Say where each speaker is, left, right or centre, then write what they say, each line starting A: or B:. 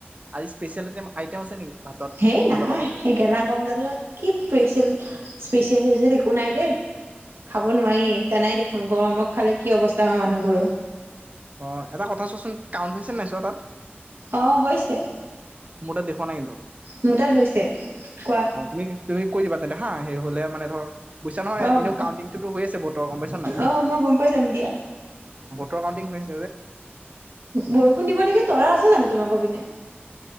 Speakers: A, on the right (about 35°); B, on the right (about 75°).
A: আজি ষ্পেচিয়েল টেম আইটেম আছে নেকি? ভাতত
B: ধেই
A: ভাতৰ
B: নাহ,
A: লগত?
B: এই গেলা গৰমত কি পেইছিল স্পেচিয়েল চচিয়েল একো নাই দেই, খাব নোৱাৰি, জানাই দেখোন, গৰমত খালে কি অৱস্থা হয় মানুহৰ।
A: অ', এটা কথা চোৱাচোন, কাউন্ট হৈছে নে নাই তাত।
B: অ' হৈছে
A: মোৰ তাত দেখুওৱা নাই কিন্তু।
B: মোৰ তাত হৈছে কোৱা
A: অ', তুমি তুমি কৈ দিবা তেন্তে হা এ হ'লে মানে ধৰ বুজিছা নহয়,
B: অ'
A: এনেও কাউন্টিঙটোতো হৈয়েই আছে বতৰ গম পাইছা নে নাই?
B: অ' মই গম পাই যাম দিয়া
A: তোৰ কাউন্টিং হৈছ
B: বৰষুণ দিব নেকি, তৰা আছে জানো? তোমালোকৰ পিনে